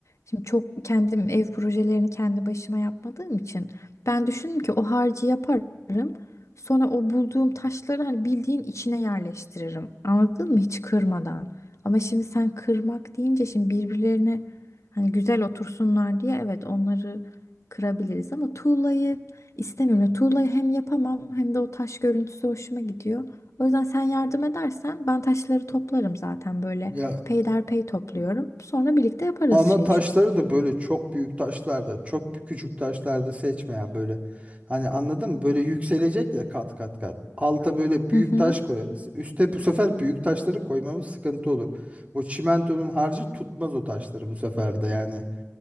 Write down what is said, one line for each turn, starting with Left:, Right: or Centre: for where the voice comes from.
Left: Şimdi çok kendim ev projelerini kendi başıma yapmadığım için ben düşündüm ki o harcı yaparım. Sonra o bulduğum taşları hani bildiğin içine yerleştiririm. Anladın mı? Hiç kırmadan. Ama şimdi sen kırmak deyince şimdi birbirlerine hani güzel otursunlar diye evet onları kırabiliriz ama tuğlayı istemiyorum. Tuğlayı hem yapamam hem de o taş görüntüsü hoşuma gidiyor. O yüzden sen yardım edersen ben taşları toplarım zaten böyle
Right: Ya
Left: peyderpey topluyorum. Sonra birlikte yaparız
Right: ama
Left: şeyi
Right: taşları
Left: şömineyi.
Right: da böyle çok büyük taşlarda, çok küçük taşlarda seçme ya böyle. Hani anladın mı? Böyle yükselecek ya kat kat kat. Alta böyle büyük
Left: Hı hı.
Right: taş koyarız. Üste bu sefer büyük taşları koymamız sıkıntı olur. O çimentonun harcı tutmaz o taşları bu sefer de yani.